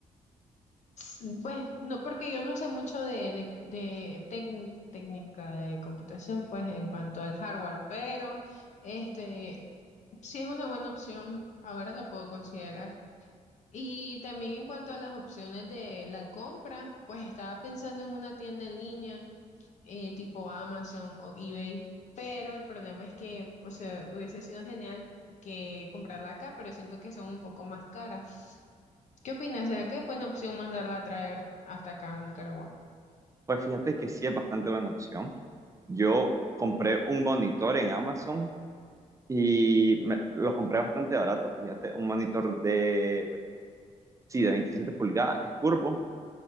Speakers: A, on the left; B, on the right.
A: Sí, Pues no, porque yo no sé mucho de, de, de tec- técnica de computación, pues en cuanto al hardware, pero este sí es una buena opción. Ahora lo puedo considerar. Y también en cuanto a las opciones de la compra, pues estaba pensando en una tienda en línea, eh, tipo Amazon o eBay, pero el problema es que pues eh, hubiese sido genial que comprarla acá, pero siento que son un poco más caras. ¿Qué opinas? ¿Será que es buena opción mandarla a traer hasta acá a Nicaragua?
B: Pues fíjate que sí es bastante buena opción. Yo compré un monitor en Amazon y me- lo compré bastante barato, fíjate, un monitor de, sí, de 27 pulgadas, es curvo